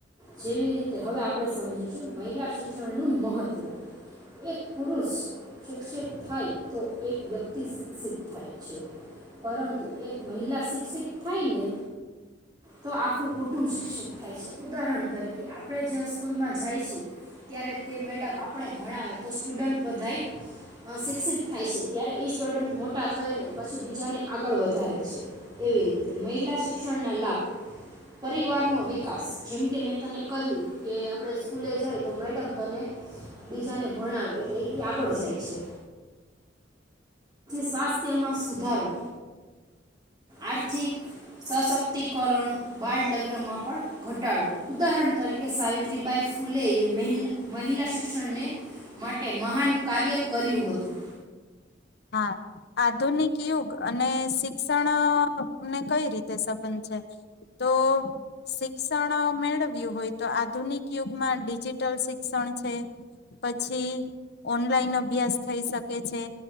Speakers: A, on the right; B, on the left.
A: જેવી રીતે હવે આપણે સમજીશું મહિલા શિક્ષણનું મહત્ત્વ. એક પુરુષ શિક્ષિત થાય તો એક વ્યક્તિ શિક્ષિત થાય છે. પરંતુ એક મહિલા શિક્ષિત થાયને તો આખું કુટુંબ શિક્ષિત થાય છે. ઉદાહરણ તરીકે આપણે જ સ્કૂલમાં જાય છે, ત્યારે તે મેડમ આપણે ભણાવે તો સ્ટુડન્ટ બધા શિક્ષિત થાય છે. ત્યારે સ્ટુડન્ટ મોટા થઈને પછી બીજાને આગળ વધારે છે. એવી રીતે મહિલા શિક્ણ ના લાભ પરિવાર નો વિકાસ જેમકે મેં તને કહ્યું કે આપણે સ્કૂલે જાય તો મેડમ તને બીજાને ભણાવે એટલે એ આગળ જાય છે. સ્વાસ્થ્યમાં સુધારો, આર્થિક સશક્તિકરણ બાળ લગ્નમાં પણ ઘટાડો. ઉદાહરણ તરીકે સાવિત્રીબાઈ ફૂલે એ મહ મહિલા શિક્ષણને માટે મહાન કાર્ય કર્યું હતું.
B: હાં, આધુનિક યુગ અને શિક્ષણને કઈ રીતે સંબંધ છે, તો શિક્ષણ મેળવ્યું હોય તો આધુનિક યુગમાં ડિજિટલ શિક્ષણ છે પછી ઓનલાઈન અભ્યાસ થઈ શકે છે.